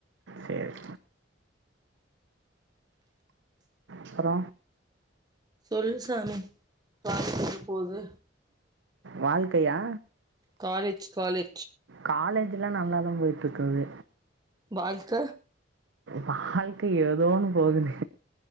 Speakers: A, on the right; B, on the right.
A: சரி அப்ற
B: சொல்லுசாமி காலேஜ் எப்டி போது
A: வாழ்க்கையா
B: காலேஜ் காலே
A: காலேஜ் ஜுலா நல்லாதா போயிட்ருக்குது
B: வாழ்க்க
A: வாழ்க்க ஏதோனு போகுது